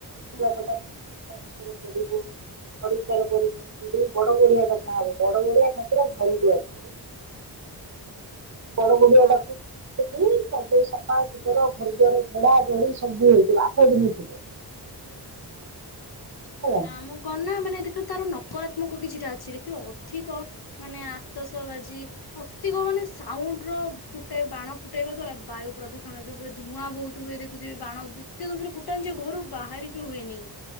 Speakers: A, on the right; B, on the left.
A: ପୂଜା
B: ହଁ
A: <unintelligible> କରିବୁ। ପରିଷ୍କାର ପରିଚ୍ଛନ୍ନ କରିକି ବଡ ବଢିଆ ଡକା ହବ। ବଡ ବଢିଆ ଠାକୁର ଘରକୁ ଆସିବେ। ବଡ ବ ଦଡ଼ୁଆ
B: ହଁ।
A: ଡାକୁ ସବୁ ସଫାସୁତୁର ଘର ଦ୍ୱାର ଝଡା ଝଡି ସବୁ ହେଇଥିଲା ଆଠ ଦିନି ଥିବ। ହେଲା
B: ନା ମୁଁ କଣ ନା ମାନେ ଦେଖିଲ ତାର ନକରାତ୍ମକ କିଛିଟା ଅଛି ଦେଖିବ ଅଧିକ ମାନେ ଆତସ ବାଜି ଅତିକ ମାନେ ସାଉଣ୍ଡ ର ଫୁଟେଇ ବାଣ ଫୁଟେଇବା ଦ୍ଵାରା ବାୟୁ ପ୍ରଦୂଷଣ ବି ହୁଏ। ଧୂଆଁ ବହୁତ ହୁଏ ଦେ ଥିବେ, ବାଣ ଏତେ ଜୋର୍ ସେ ଫିଟାନ୍ତି ଯେ ଘରୁ ବାହାରି ବି ହୁଏନି।